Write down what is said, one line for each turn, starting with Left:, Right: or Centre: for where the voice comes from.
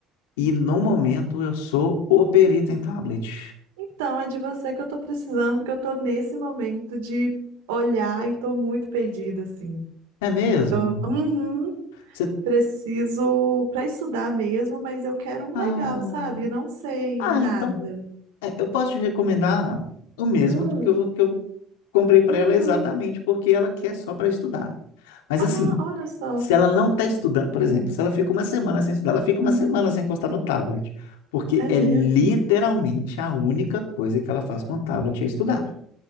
Left: E no momento eu sou o perito em tablet.
Right: Então, é de você que eu tô precisando, porque eu tô nesse momento de olhar e tô muito perdida, assim.
Left: É mesmo?
Right: Eu, uhum,
Left: Você...
Right: preciso para estudar mesmo, mas eu quero um
Left: Ah,
Right: legal, sabe? Não sei
Left: ah,
Right: nada.
Left: então é, eu posso te recomendar o mesmo
Right: Hum,
Left: que eu, que eu comprei para
Right: uhum.
Left: ela exatamente porque ela quer só para estudar. Mas
Right: Ah,
Left: assim,
Right: olha só.
Left: se ela não está estudando, por exemplo, se ela fica uma semana sem estudar, ela fica
Right: <laughs>
Left: uma semana sem encostar no tablet, porque
Right: É
Left: é
Right: mesmo?
Left: literalmente a única coisa que ela faz com o tablet é estudar.